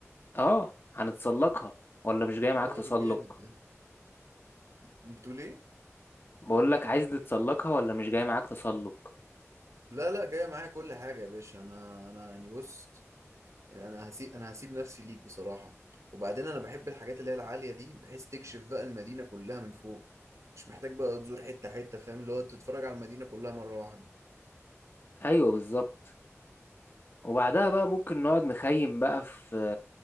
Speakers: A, on the left; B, on the right.
A: اه هنتسلقها ولا مش جاي معاك
B: آه
A: تسلق
B: جامد ده بتقول إيه؟
A: بقول لك عايز نتسلقها ولا مش جاي معاك تسلق
B: لا لا جاية معايا كل حاجة يا باشا أنا أنا يعني بص يعني أنا هسيب أنا هسيب نفسي ليك بصراحة وبعدين أنا بحب الحاجات اللي هي العالية دي بحيث تكشف بقى المدينة كلها من فوق مش محتاج بقى تزور حتة حتة فاهم اللي هو تتفرج على المدينة كلها مرة واحدة
A: ايوه بالظبط وبعدها بقى ممكن نقعد نخيم بقى في